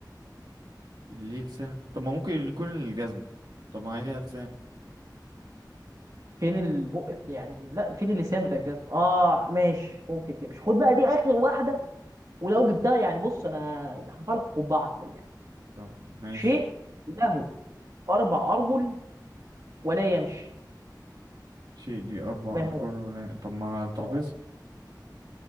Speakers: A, on the right; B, on the right.
A: ليه لسان طب ما ممكن يكون الجزمة طب ما هي ليها لسان
B: فين البق يعني لا فين اللسان بتاع الجزم اه ماشي ممكن تمشي خد بقى دي اخر واحده ولو جبتها يعني بص انا هرفع لك قبعه على الحقيقه
A: طب ماشي
B: شيء له اربع ارجل ولا يمشي
A: شيء دي أربع
B: ما
A: أرجل
B: هو
A: ولا طب ما الترابيزة
B: آه